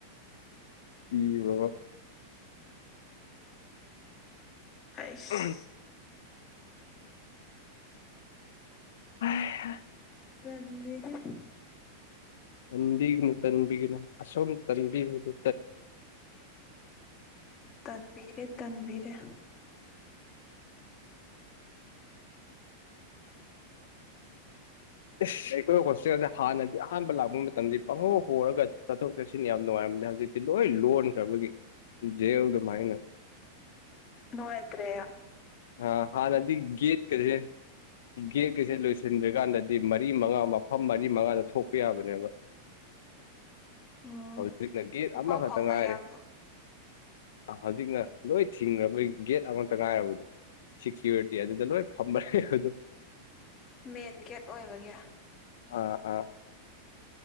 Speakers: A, on the left; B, on the left.
A: ꯀꯔꯕꯕꯥ
B: ꯑꯩꯁ
A: ꯎ ꯑ
B: ꯇꯅꯤ ꯂꯩꯦ
A: ꯇꯟꯕꯤꯒꯅꯨ ꯇꯟꯕꯤꯒꯅꯨ ꯑꯁꯣꯝ ꯇꯟꯕꯤꯕꯕꯤ
B: ꯇꯟꯕꯤꯔꯦ ꯇꯟꯕꯤꯔꯦ
A: ꯑꯩ ꯑꯩꯈꯣꯏ ꯍꯣꯁꯇꯦꯜꯁꯦ ꯍꯥꯟꯅꯗꯤ ꯑꯍꯥꯟꯕ ꯂꯥꯛꯄ ꯃꯇꯝꯁꯤ ꯄꯪꯍꯧ ꯍꯣꯔꯔꯒ ꯆꯠꯊꯣꯛ ꯆꯠꯁꯤꯅ ꯌꯥꯝꯅ ꯅꯨꯡꯉꯥꯏꯔꯝꯗꯦ ꯍꯧꯖꯤꯛꯇꯤ ꯁꯤ ꯂꯣꯏ ꯂꯣꯟꯈ꯭ꯔꯕꯒꯤ ꯖꯦꯜ ꯑꯗꯨꯃꯥꯏꯅ
B: ꯅꯣꯣꯏꯗ꯭ꯔꯦ
A: ꯑ ꯍꯥꯥ ꯅꯗꯤ ꯒꯤꯦꯠ ꯀꯩꯁꯦ ꯒꯦꯠꯀꯁꯦ ꯂꯣꯏꯁꯤꯟꯗ꯭꯭ꯔꯔꯤꯀꯥꯟꯗꯗꯤ ꯃꯔꯤ ꯃꯉꯥ ꯃꯐꯝ ꯑ ꯃꯔꯤ ꯃꯉꯥꯗ ꯊꯣꯛꯄ ꯌꯥꯕꯅꯦꯕ
B: ꯑꯣ
A: ꯍꯧꯖꯤꯛꯅ ꯒꯦꯠ
B: ꯄꯐꯥꯎ
A: ꯑꯃꯈꯛꯇ
B: ꯐꯥꯎꯅ
A: ꯉꯥꯏꯔꯦ
B: ꯌꯥꯕꯗꯣ
A: ꯍꯧꯖꯤꯛꯅ ꯂꯣꯏ ꯊꯤꯡꯈ꯭ꯔꯕꯣꯏ ꯒꯦꯠ ꯑꯃꯇ ꯉꯥꯏꯔꯕꯗꯣ ꯁꯤꯦꯀ꯭ꯌꯨꯔꯤꯇꯤ ꯑꯗꯨꯗ ꯂꯣꯏ ꯐꯝꯕ꯭ꯔꯦ ꯑꯗꯨ
B: ꯃꯦꯟ ꯒꯦꯠ ꯑꯣꯏꯕꯒꯤ
A: ꯑꯥ ꯑꯥ